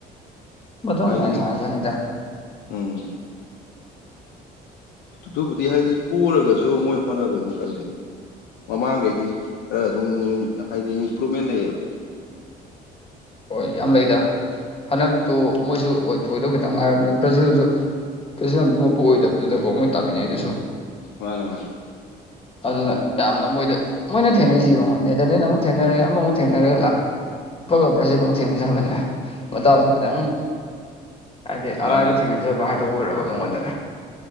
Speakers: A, on the left (about 35°); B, on the left (about 80°).
A: ꯃꯊꯪ
B: ꯍꯥꯏꯗꯤ
A: ꯃꯥꯏꯅ ꯁꯥꯟꯅꯁꯅꯤꯗ
B: ꯎꯝ ꯑꯗꯨꯕꯨꯗꯤ ꯍꯥꯏꯗꯤ ꯄꯣꯔꯒꯁꯨ ꯃꯣꯏ ꯍꯣꯠꯅꯕ ꯑꯗꯨꯝ ꯀꯜꯂꯤ ꯃꯃꯥꯡꯈꯩꯗꯤ ꯈꯔ ꯑꯗꯨꯝ ꯍꯥꯏꯗꯤ ꯏꯝꯄ꯭ꯔꯨꯚꯃꯦꯟ ꯂꯩꯌꯦꯕ
A: ꯍꯣꯏ ꯌꯥꯝ ꯂꯩꯗ ꯍꯟꯗꯛꯇꯣ ꯃꯣꯏꯁꯨ ꯍꯣꯏ ꯊꯣꯏꯗꯧ ꯈꯤꯇꯪ ꯉꯥꯏꯔꯕꯅꯤ ꯕ꯭ꯔꯥꯖꯤꯜꯁꯨ ꯀꯩꯁꯨ ꯌꯥꯝ ꯅꯣꯛꯄ ꯑꯣꯏꯗꯕꯗꯨꯗꯀꯣ ꯃꯣꯏ ꯇꯥꯃꯤꯟꯅꯩꯗꯨꯁꯨ
B: ꯃꯥꯅꯦ ꯃꯥꯅꯦ
A: ꯑꯗꯨꯅ ꯌꯥꯝꯅ ꯃꯣꯏꯗ ꯃꯣꯏꯅ ꯊꯦꯡꯅꯩꯁꯤ ꯌꯦꯡꯉꯣ ꯅꯦꯗꯔꯂꯦꯟ ꯑꯃꯨꯛ ꯊꯦꯡꯅꯔꯦ ꯑꯃ ꯑꯃꯨꯛ ꯊꯦꯡꯅꯔꯦ <unintelligible> ꯕ꯭ꯔꯥꯖꯤꯟ ꯑꯃꯨꯛ ꯊꯦꯡꯅꯖꯔꯕꯅꯦ ꯃꯗꯥꯎꯁꯨ ꯈꯤꯇꯪ ꯍꯥꯏꯗꯤ
B: ꯃꯥꯅꯦ
A: ꯑꯔꯥꯏꯕ ꯊꯦꯡꯅꯖ ꯐꯖꯕ ꯍꯥꯏꯗꯣ ꯑꯣꯏꯔꯕ ꯃꯉꯣꯟꯗ